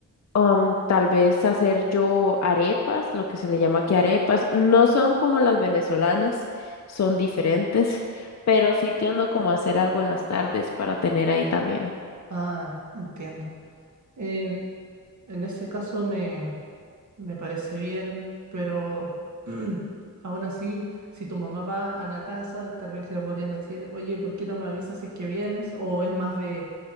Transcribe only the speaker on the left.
um, tal vez hacer yo arepas, lo que se le llama aquí arepas. No son como las venezolanas, son diferentes, <laughs> pero sí tiendo como a hacer algo en las tardes para tener ahí también.